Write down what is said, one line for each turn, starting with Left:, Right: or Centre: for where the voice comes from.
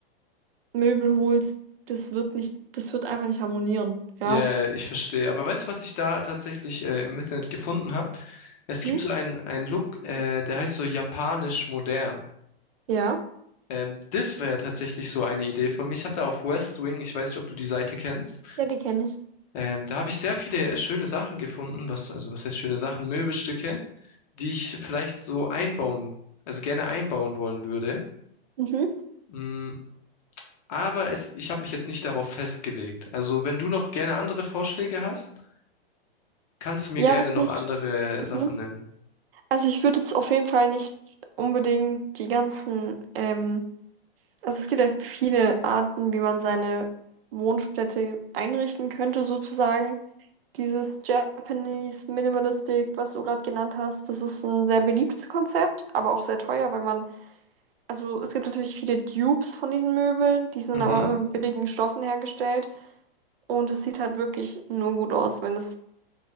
Right: Möbel holst, das wird nicht, das wird einfach nicht harmonieren, ja?
Left: Ja, yeah, ich verstehe. Aber weißt du, was ich da tatsächlich äh, im Internet gefunden habe? Es gibt
Right: Hm?
Left: so einen, einen Look, äh, der heißt so japanisch modern.
Right: Ja,
Left: Ähm, das wäre tatsächlich so eine Idee von mir. Ich habe da auf West Wing, ich weiß nicht, ob du die Seite kennst,
Right: ja, die kenne ich.
Left: ähm, da habe ich sehr viele äh, schöne Sachen gefunden, was, also was heißt schöne Sachen, Möbelstücke, die ich vielleicht so einbauen, also gerne einbauen wollen würde.
Right: Mhm.
Left: Mm, Aber es, ich habe mich jetzt nicht darauf festgelegt. Also, wenn du noch gerne andere Vorschläge hast, kannst du mir
Right: Ja,
Left: gerne
Right: was
Left: noch
Right: nicht.
Left: andere
Right: Mhm.
Left: Sachen nennen.
Right: Also ich würde jetzt auf jeden Fall nicht unbedingt die ganzen, ähm, also es gibt halt viele Arten, wie man seine Wohnstätte einrichten könnte, sozusagen. Dieses Japanese Minimalistic, was du gerade genannt hast, das ist ein sehr beliebtes Konzept, aber auch sehr teuer, weil man Also es gibt natürlich viele Dupes von diesen Möbeln, die sind
Left: Mhm,
Right: aber immer mit billigen Stoffen hergestellt und es sieht halt wirklich nur gut aus, wenn es